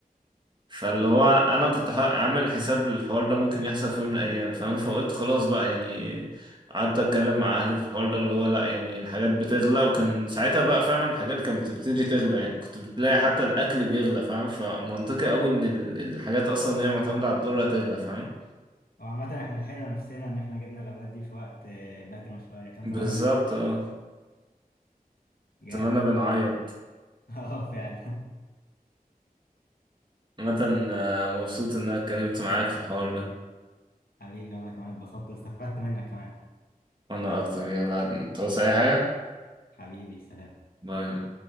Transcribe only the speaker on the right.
فاللي هو انا كنت ح- عامل حساب الحوار ده ممكن يحصل في يوم من الايام فاهم فقلت خلاص بقى يعني قعدت اتكلم مع اهلي في الحوار ده اللي هو لا يعني الحاجات بتغلى وكان ساعتها بقى فعلا الحاجات كانت بتبتدي تغلى يعني كنت بتلاقي حتى الاكل بيغلى فاهم فمنطقي قوي ان ال- الحاجات اصلا اللي هي معتمدة على الدولار هتغلى فاهم
بالظبط
اه
اتمنى بنعيط
عامة آه، مبسوط ان انا اتكلمت معاك في الحوار ده
وانا اكتر يلا توصي اي حاجة
باي باي